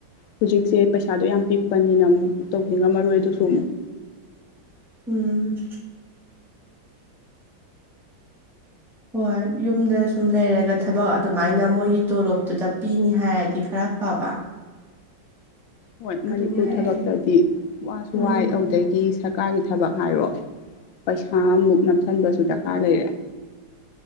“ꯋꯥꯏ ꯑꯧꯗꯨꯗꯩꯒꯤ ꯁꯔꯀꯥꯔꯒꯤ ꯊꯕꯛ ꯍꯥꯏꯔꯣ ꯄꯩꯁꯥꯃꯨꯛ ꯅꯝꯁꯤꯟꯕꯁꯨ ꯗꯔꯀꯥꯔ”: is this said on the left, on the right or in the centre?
Left